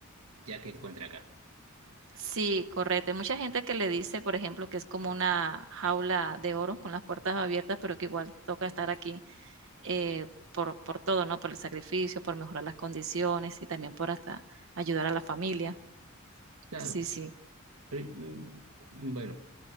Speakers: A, on the right; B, on the right.
A: ya que encuentre acá.
B: Sí, correcto. Hay mucha gente que le dice, por ejemplo, que es como una jaula de oro con las puertas abiertas, pero que igual toca estar aquí eh, por, por todo, ¿no? Por el sacrificio, por mejorar las condiciones y también por hasta ayudar a la familia.
A: Claro.
B: Sí, sí.
A: Pero, mm, bueno,